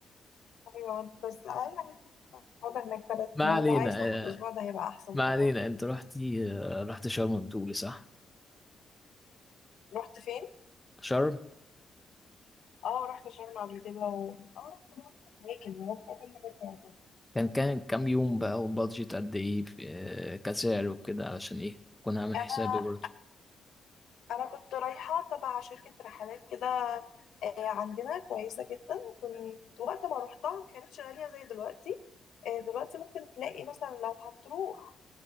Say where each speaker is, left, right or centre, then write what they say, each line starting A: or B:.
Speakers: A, on the left; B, in the centre.
A: ايوه بس اقل حاجه ممكن تقعد هناك ثلاث
B: ما
A: ايام
B: علينا
A: لو عايز تاخد اسبوع
B: آه،
A: ده هيبقى احسن
B: ما
A: طبعا
B: علينا انت رحتي آه، رحت شرم بتقولي صح
A: رحت فين؟
B: شرم
A: اه رحت شرم قبل كده و... اه رحت اماكن هناك كل حاجه بتعجبني.
B: كان كان كام يوم بقى وبادجت قد ايه آه، كسعر وكده علشان ايه اكون عامل
A: انا
B: حسابي برضه
A: انا كنت رايحه تبع شركه رحلات كده آه، عندنا كويسه جدا كنت وقت ما روحتها ما كانتش غاليه زي دلوقتي آه، دلوقتي ممكن تلاقي مثلا لو هتروح